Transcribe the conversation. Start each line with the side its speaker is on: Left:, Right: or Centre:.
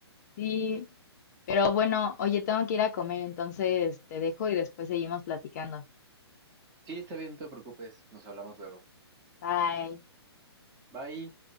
Left: Sí, pero bueno, oye, tengo que ir a comer, entonces te dejo y después seguimos platicando.
Right: Sí, está bien, no te preocupes. Nos hablamos luego.
Left: Bye.
Right: Bye.